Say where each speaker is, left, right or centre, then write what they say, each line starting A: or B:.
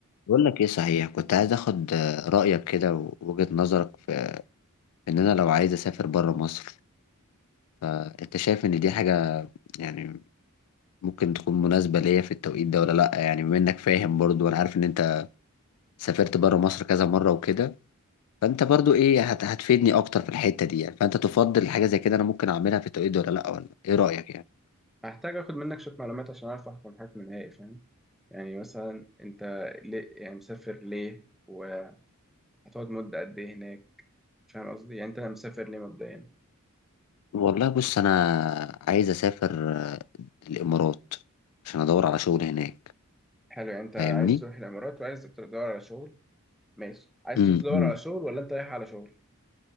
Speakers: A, on the left; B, in the centre.
A: بقول لك ايه صحيح كنت عايز اخد آه، رايك كده ووجهة نظرك في في ان انا لو عايز اسافر بره مصر آه، انت شايف ان دي حاجه يعني ممكن تكون مناسبه ليا في التوقيت ده ولا لا يعني بما انك فاهم برضو وانا عارف ان انت سافرت بره مصر كذا مره وكده فانت برضو ايه هت هتفيدني اكتر في الحته دي يعني فانت تفضل حاجه زي كده انا ممكن اعملها في التوقيت ده ولا لا ولا ايه رايك يعني
B: هحتاج اخد منك شويه معلومات عشان اعرف احكم حكم نهائي فاهم يعني مثلا انت ليه يعني مسافر ليه وهتقعد مده قد ايه هناك فاهم قصدي يعني انت مسافر ليه مبدئيا
A: والله بص انا عايز اسافر آه، الامارات عشان ادور على شغل هناك
B: حلو يعني انت عايز
A: فاهمني
B: تروح الامارات وعايز تدور على شغل ماشي عايز
A: امم
B: تروح تدور على شغل ولا انت رايح على شغل